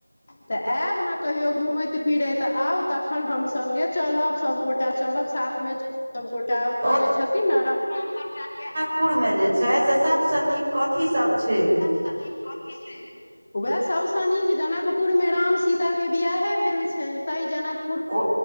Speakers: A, on the left (about 25°); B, on the right (about 20°).
A: तऽ ऐब नै कहियो घुमैत फिरैत आउ तखन हम संगे चलब सब गोटा चलब। साथमे सब गोटा ओतऽ
B: तऽ
A: जे छथिन नै र <unintelligible>
B: पुर मे जे छै से सबसे नीक कथी सब छै।
A: से नीक कथी छै। वैह सबसे नीक जनकपुर मे राम-सीता के बियाहै भेल छैन तैं जनक
B: ओ